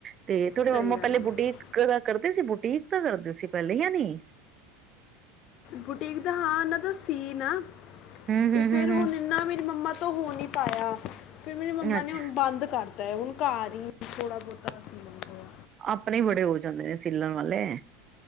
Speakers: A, on the right; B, on the left.
A: ਤੇ ਤੁਹਾਡੇ
B: ਸਹੀ
A: ਮੰਮਾ
B: ਗੱਲ
A: ਪਹਿਲੇ
B: ਹੈ
A: ਬੁਟੀਕ ਦਾ ਕਰਦੇ ਸੀ ਬੁਟੀਕ ਬੁਟੀਕ ਦਾ ਕਰਦੇ ਸੀ ਪਹਿਲੇ ਯਾ ਨਹੀਂ।
B: ਬੁਟੀਕ ਦਾ ਹਾਂ ਇਹਨਾਂ ਦਾ ਸੀਨ ਆ।
A: ਹਮ
B: ਤੇ
A: ਹਮ
B: ਫੇਰ
A: ਹਮ ਹਮ
B: ਹੁਣ ਇਨਾ ਵੀ ਮੰਮਾ ਤੋਂ ਹੋ ਨਹੀਂ ਪਾਇਆ। ਫਿਰ ਮੇਰੀ ਮੰਮਾ
A: ਅੱਛਾ
B: ਨੇ ਹੁਣ ਬੰਦ ਕਰਤਾ। ਤੇ ਹੁਣ ਘਰ ਹੀ ਥੋੜ੍ਹਾ ਬਹੁਤਾ ਸੀ ਲੈਂਦੇ ਆ।
A: ਆਪਣੇ ਬੜੇ ਹੋ ਜਾਂਦੇ ਨੇ ਸਿੱਲਣ ਵਾਲੇ